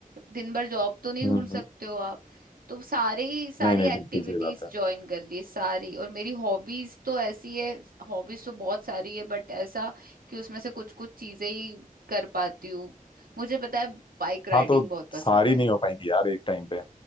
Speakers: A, on the right (about 75°); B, on the left (about 35°).
A: दिन भर जॉब तो नहीं
B: हम्म
A: ढूंढ
B: हम्म।
A: सकते हो आप तो सारी सारी
B: नहीं नहीं
A: एक्टिविटीज
B: बिल्कुल सही बात है
A: ज्वाइन कर ली सारी और मेरी हॉबीज तो ऐसी है हॉबीज तो बहुत सारी है बट ऐसा कि उसमें से कुछ कुछ चीजें ही कर पाती हूँ मुझे पता है बाइक राइडिंग
B: हाँ तो
A: बहुत पसंद
B: सारी
A: है
B: नहीं हो पाएंगी यार एक टाइम पे